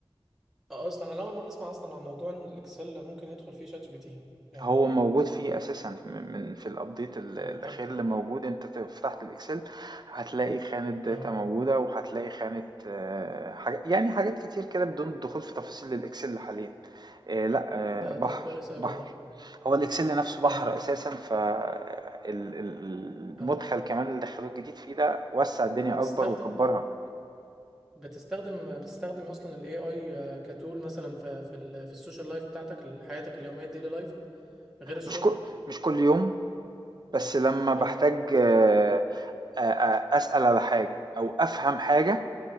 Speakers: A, in the centre; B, on the right.
A: آه، اصلا انا اول مره اسمع اصلا عن موضوع ان الاكسل ممكن يدخل فيه شات جي بي تي يعني
B: هو موجود فيه أساسا من من- في الأبديت ال- الأخير
A: اه طب
B: اللي موجود أنت ت- فتحت الإكسل هتلاقي خانة داتا
A: اه
B: موجودة وهتلاقي خانة آه، حاجة يعني حاجات كتير كده بدون دخول في تفاصيل الإكسل حاليا آه، لا آه،
A: ده
B: بحر
A: ده كويس اوي
B: بحر
A: والله
B: هو الإكسل نفسه بحر
A: اه
B: أساسا فالمدخل
A: اه
B: كمان اللي دخلوه الجديد فيه ده وسع الدنيا
A: بتستخدم
B: أكبر وكبرها
A: بتستخدم بتستخدم اصلا الاي اي كتول مثلا في في ال- في السوشيال لايف بتاعتك حياتك اليوميه الديلي لايف غير الشغل
B: مش كل مش كل يوم بس لما بحتاج
A: اه
B: آه، آه، آه، أسأل على حاجة أو أفهم حاجة